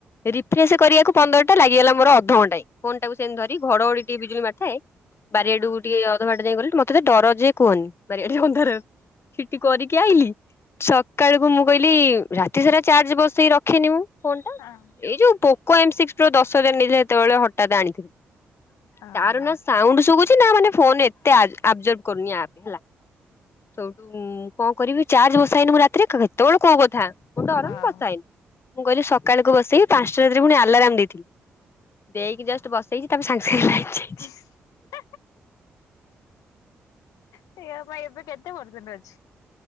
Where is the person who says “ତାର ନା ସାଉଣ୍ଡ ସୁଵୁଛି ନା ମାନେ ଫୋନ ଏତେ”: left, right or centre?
Left